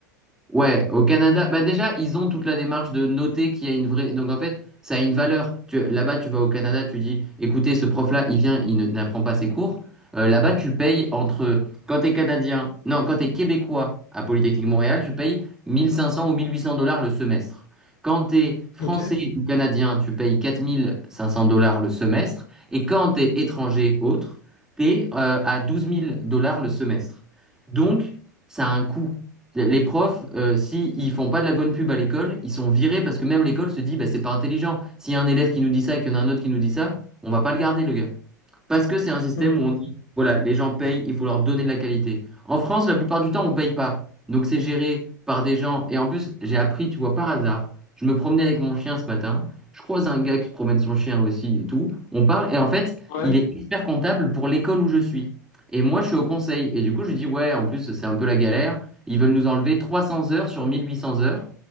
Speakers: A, in the centre; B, on the left.
A: Ouais, au Canada, bah déjà, ils ont toute la démarche de noter qu'il y a une vraie. Donc en fait, ça a une valeur. Tu... Là-bas, tu vas au Canada, tu dis, écoutez, ce prof-là, il vient, il ne- n'apprend pas ses cours. Euh, là-bas, tu payes entre. Quand t'es Canadien, non, quand t'es Québécois à Polytechnique Montréal, tu payes 1500 ou 1800 dollars le semestre. Quand t'es Français
B: Ok.
A: ou Canadien, tu payes 4500 dollars le semestre. Et quand t'es étranger, autre, t'es euh, à douze mille dollars le semestre. Donc, ça a un coût. Les profs, euh, s'ils font pas de la bonne pub à l'école, ils sont virés parce que même l'école se dit, bah, c'est pas intelligent. S'il y a un élève qui nous dit ça et qu'il y en a un autre qui nous dit ça, on va pas le garder, le gars. Parce que c'est un système
B: Hmm.
A: où on dit, voilà, les gens payent, il faut leur donner de la qualité. En France, la plupart du temps, on paye pas. Donc c'est géré par des gens. Et en plus, j'ai appris, tu vois, par hasard, je me promenais avec mon chien ce matin. Je croise un gars qui promène son chien aussi et tout. On parle et en fait,
B: Ouais.
A: il est expert comptable pour l'école où je suis. Et moi, je suis au conseil. Et du coup, je lui dis, ouais, en plus, c'est un peu la galère. Ils veulent nous enlever 300 heures sur 1800 heures